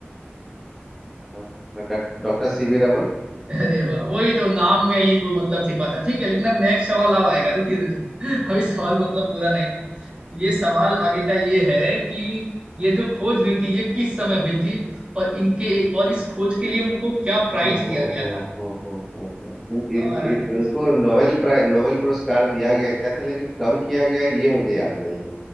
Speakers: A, in the centre; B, on the right.
A: हाँ, डॉक- डॉक्टर सी वी रमन
B: अरे वाह वही तो नाम में ही वो मतलब छिपा था ठीक है लेकिन अब नेक्स्ट सवाल अब आएगा रुकिए रुकिए अभी सवाल मतलब पूरा नहीं हुआ ये सवाल आगे का ये है कि ये जो खोज हुई थी ये किस समय हुई थी और इनके और इस खोज के लिए उनको क्या प्राइज
A: हो
B: दिया
A: हो
B: गया
A: हो
B: था
A: हो हो हो हो इन,
B: अब
A: इन,
B: आ
A: इन,
B: रहा है ना
A: इनको नोबेल प्राइ नोबेल पुरस्कार दिया गया था लेकिन कब किया गया ये मुझे याद नहीं है